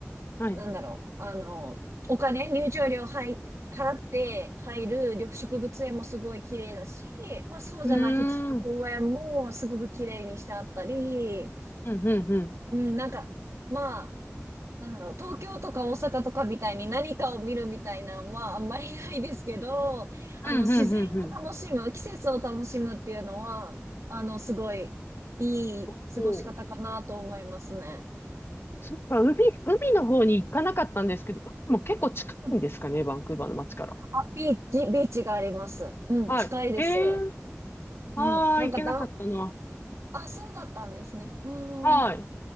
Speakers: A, on the left (about 50°); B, on the right (about 70°).
A: はい。
B: なんだろう、あの、お金、入場料はい払って入る緑植物園もすごい綺麗だし、まあそうじゃない普通の公園もすごく綺麗にしてあったり、
A: うん。うーん。うん、うん、うん。
B: うん、なんか、まあ、なんだろう、東京とか大阪とかみたいに何かを見るみたいなのはあんまりないですけど、あの、
A: うん、
B: 自然を楽しむ、
A: うん、うん、うん。
B: 季節を楽しむっていうのは、あの、すごいいい過ごし方かなと思いますね。
A: おーそっか、海、海の方に行かなかったんですけど、海も結構近いんですかね、
B: うん
A: バンクーバーの街から。
B: あ、ビーチ、ビーチがあります。うん、
A: はい。
B: 近いです。
A: へえ、
B: うん、
A: ああ、
B: なんかだん
A: 行けなかったな。
B: あ、そうだったんですね。う
A: はい。
B: ーん、